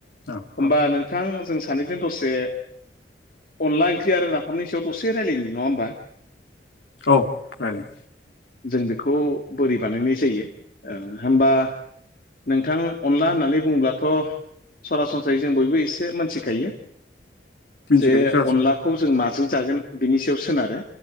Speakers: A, on the left; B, on the left.
A: औ
B: होमबा
A: औ
B: नों बिथां जों सानैजों दसे अनला ओंख्रि आरो नाफामनि सायाव दसेायलायनो नङा होनोमबा
A: औ रलाय
B: जों बेखौ बोरै बानायनाय जायो होनबा नोंथां अनला होननानै बुङोब्लाथ' सरासनस्रायै जों बयबो एसे मोनथिखायो।
A: मिथिखायो
B: जे
A: सर
B: अनलाखौ जों माजों जागोन बिनि सायाव सोनारो